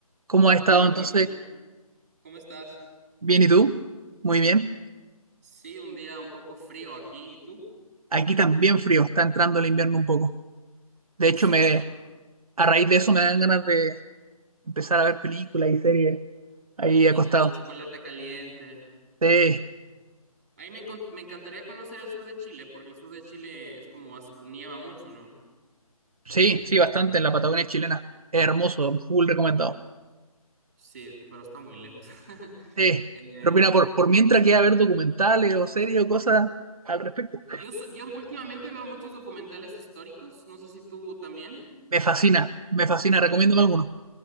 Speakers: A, on the right (about 70°); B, on the right (about 15°).
A: ¿Cómo ha estado
B: Hola
A: entonces?
B: Cristian, ¿cómo estás?
A: Bien, ¿y tú? Muy bien.
B: Sí, un día un poco frío aquí, ¿y tú?
A: Aquí también frío, está entrando el invierno un poco. De hecho,
B: Sí,
A: me,
B: do-
A: a raíz de eso me dan ganas de empezar a ver películas y series ahí
B: y,
A: acostado.
B: to- y chocolate caliente.
A: Sí,
B: A mí me, encon- me encantaría conocer el sur de Chile, porque el sur de Chile es como hace- nieva mucho, ¿no?
A: sí, sí, bastante en la Patagonia chilena. Es Hermoso, full recomendado.
B: Sí, pero está muy lejos. <laughs>
A: Sí,
B: Eh,
A: pero mira, por, por mientras queda ver documentales o series o cosas al respecto,
B: yo, so- yo últimamente veo muchos documentales históricos, no sé si tú también.
A: me fascina, me fascina, recomiéndame alguno.